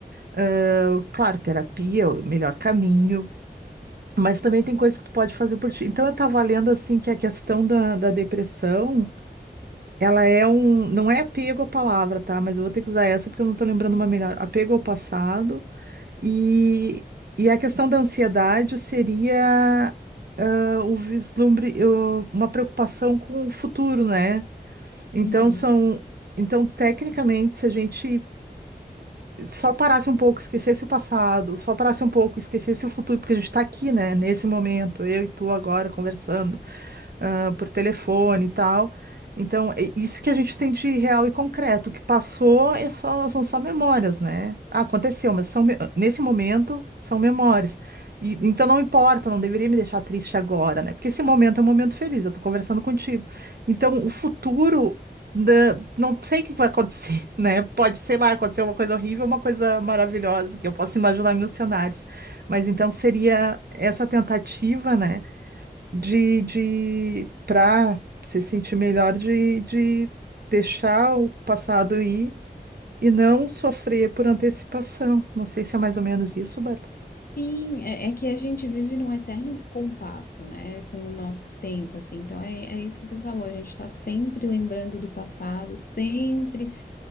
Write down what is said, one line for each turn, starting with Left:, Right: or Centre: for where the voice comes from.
Right: Ah, claro, terapia é o melhor caminho, mas também tem coisas que tu pode fazer por ti. Então, eu tava lendo, assim, que a questão da, da depressão, ela é um, não é apego à palavra, tá? Mas eu vou ter que usar essa porque eu não tô lembrando uma melhor. Apego ao passado e, e a questão da ansiedade seria ah, o vislumbre, eu- uma preocupação com o futuro, né? Então
Left: Uhum.
Right: são, então tecnicamente, se a gente só parasse um pouco, esquecesse o passado, só parasse um pouco, esquecesse o futuro, porque a gente está aqui, né, nesse momento, eu e tu agora conversando ah, por telefone e tal. Então, é isso que a gente tem de real e concreto. O que passou é só, são só memórias, né? Ah, aconteceu, mas são, me- nesse momento são memórias. E, então não importa, não deveria me deixar triste agora, né? Porque esse momento é um momento feliz, eu tô conversando contigo. Então, o futuro, né, não sei o que vai acontecer, <laughs> né? Pode, sei lá, acontecer uma coisa horrível, uma coisa maravilhosa, que eu posso imaginar mil cenários. Mas então seria essa tentativa, né? de, de para se sentir melhor de, de deixar o passado ir e não sofrer por antecipação. Não sei se é mais ou menos isso, Bárbara.
Left: Sim, é, é que a gente vive num eterno descompasso, né, com o nosso tempo, assim. Então é, é isso que tu falou, a gente tá sempre lembrando do passado, sempre